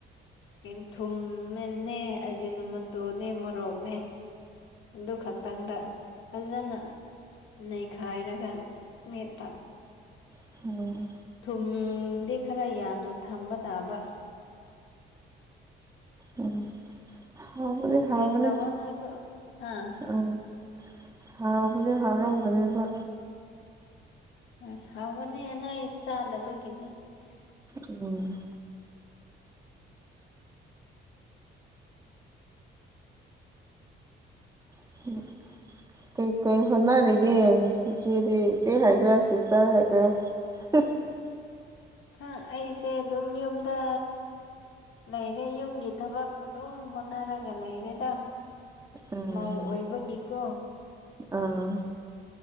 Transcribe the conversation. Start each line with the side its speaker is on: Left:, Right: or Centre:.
Left: ꯀ ꯊꯨꯝꯃꯤꯅꯦ ꯑꯖꯤꯅꯨ ꯃꯣꯇꯣꯔꯅꯦ ꯃꯣꯔꯣꯛꯅꯦ ꯑꯗꯨ ꯈꯛꯇꯪꯗ ꯐꯖꯅ ꯅꯩꯈꯥꯏꯔꯒ ꯃꯦꯠꯄ
Right: ꯎꯝ
Left: ꯊꯨꯝꯗꯤ ꯈꯔ ꯌꯥꯝꯅ ꯊꯝꯕ ꯇꯥꯕ
Right: ꯎꯝ ꯍꯥꯎꯕꯗꯤ ꯍꯥꯎꯕꯅꯦ
Left: ꯇꯁ ꯇꯧꯋꯣ ꯅꯣꯏꯁꯨ ꯍꯥꯥ
Right: ꯎꯝ ꯍꯥꯎꯕꯗꯤ ꯍꯥꯎꯔꯝꯒꯅꯦꯕ
Left: ꯍꯣꯏ ꯍꯥꯎꯕꯅꯦ ꯅꯣꯏ ꯆꯥꯗꯕꯒꯤꯅꯦ ꯑꯁ
Right: ꯎꯝ <unintelligible> ꯀꯩ ꯀꯩ ꯍꯣꯠꯅꯔꯤꯒꯦ ꯏꯆꯦꯗꯤ ꯏꯆꯦ ꯍꯥꯏꯒ꯭ꯔꯥ ꯁꯤꯁꯇꯔ ꯍꯥꯏꯒ꯭ꯦꯔꯥ <unintelligible>
Left: ꯈꯪ ꯑꯩꯁꯦ ꯑꯗꯨꯝ ꯌꯨꯝꯗ ꯂꯩꯔꯦ ꯌꯨꯝꯒꯤ ꯊꯕꯛ ꯑꯗꯨꯝ ꯍꯣꯠꯅꯔꯒ ꯂꯩꯔꯦꯗ
Right: ꯎꯝ
Left: ꯃꯧ ꯑꯣꯏꯕꯒꯤꯀꯣ
Right: ꯑꯥ